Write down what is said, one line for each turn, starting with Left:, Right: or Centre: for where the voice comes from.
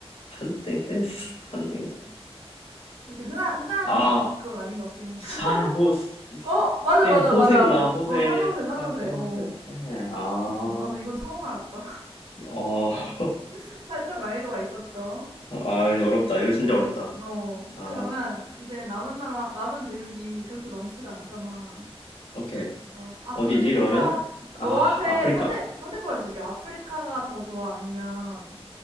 Left: 산땡세? 산땡.
Right: 그렇게 흔한, 흔한
Left: 아,
Right: 다, 그건 아닌 것 같긴 해.
Left: 산호,
Right: <laughs> 어, 맞아,
Left: 땡,
Right: 맞아,
Left: 호세구나.
Right: 맞아. 맞아.
Left: 호세,
Right: 어, 산호새, 산호새.
Left: 산 호세.
Right: 어,
Left: 네, 아,
Right: 음, 나도 이건 처음 알았다.
Left: 어,
Right: <laughs> 살짝 난이도가 있었죠.
Left: 아, 어렵다. 이거 진짜 어렵다.
Right: 어,
Left: 아,
Right: 그러면 이제 남은 나라, 남은 대륙이 그렇게 많지가 않잖아.
Left: 오케이.
Right: 어, 아프리카,
Left: 어디지, 그러면? 아,
Right: 너한테
Left: 아프리카.
Right: 선택, 선택권을 줄게. 아프리카가 더 좋아? 아니면